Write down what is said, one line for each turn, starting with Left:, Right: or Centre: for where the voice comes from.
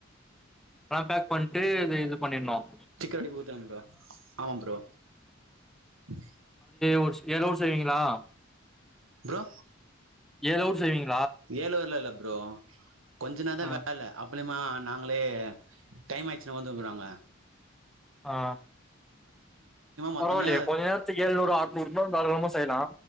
Centre: ஆ பேக் பண்ணிட்டுது இது பண்ணிடனும்
Right: சிக்க அடி ஊத்தன ப்ரோ ஆமா ப்ரோ ம் <inaudible>
Centre: ஒரு ஸ்கூக் ஏலூர் செய்வீங்க <unintelligible> ஆ
Right: ப்ரோ
Centre: ஏலோருர் சேவிங்க் <unintelligible>
Right: வேலூர்ல இல்ல ப்ரோ ப <inaudible> கொஞ்ச நேரம்
Centre: ஆ
Right: தா வேலை அப் ப்புலிமா நாங்களே டைம் ஆயுச்சுன்னா வந்து றாங்க
Centre: ஆ
Right: மொத்தமே
Centre: பரவால்லயே கொஞ்ச நேரத்துக் ஏழ்நூறு ஆர்நூறுனா தாராளமா செய்யலா